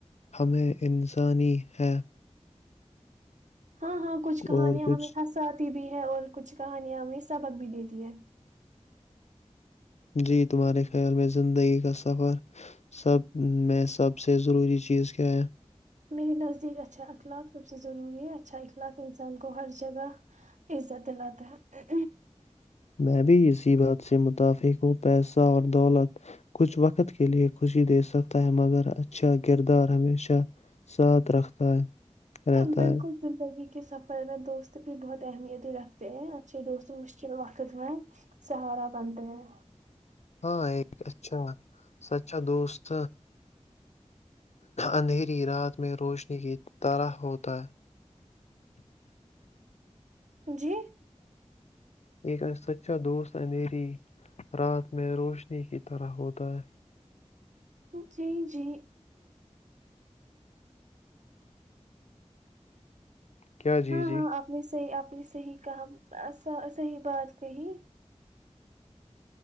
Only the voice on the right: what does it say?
ہاں ہاں کچھ کہانیاں
ہمییںش ساتھ بھی ہے اور کچھ کہانیاں ہمیں سبق بھی دیتی ہے
میرے نزدیک اچھا اخلاق سب سے ضروری اچھا اخلاق انان کو ہر جگہ عزت دلاتا ہے
ہ بالکل
زندگی کے سفر میں دوست بھی بہت اہمیت ہی رکھتے ہیں اچھے دوست و مشکل وقت میں سہارا بنتے ہیں
جی <unintelligible>
جی جی
ہاں
ہاں آپ نے صحی آپ نے صحی کام <unintelligible> س صحی بات کہی